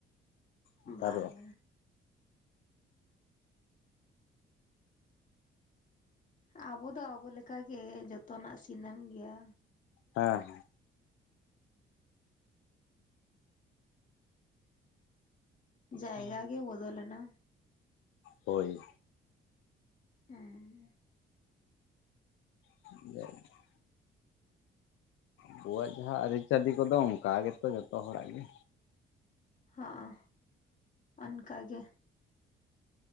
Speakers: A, on the left (about 80°); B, on the left (about 40°).
A: ᱚᱱᱠᱟ
B: ᱵᱟᱝ-ᱟ᱾
A: ᱫᱚ ᱵᱟᱝ
B: ᱟᱵᱚ ᱫᱚ ᱟᱵᱚ ᱞᱮᱠᱟ ᱜᱮ ᱡᱚᱛᱚᱱᱟᱜ ᱥᱤᱱᱮᱢ ᱜᱮᱭᱟ᱾
A: ᱦᱮᱸ
B: ᱡᱟᱭᱜᱟ
A: ᱦᱮᱸ
B: ᱜᱮ ᱵᱚᱫᱚᱞ ᱞᱮᱱᱟ᱾
A: ᱦᱳᱭ᱾
B: ᱦᱩᱸ
A: <inaudible> ᱟᱵᱚᱣᱟᱜ ᱡᱟᱸᱦᱟᱸ ᱟᱹᱨᱤᱪᱟᱞᱤ ᱠᱚᱫᱚ ᱚᱱᱠᱟ ᱜᱮᱛᱚ ᱡᱚᱛᱚ ᱦᱚᱲᱟᱜ ᱜᱮ᱾
B: ᱦᱟᱸ ᱚᱱᱠᱟ ᱜᱮ᱾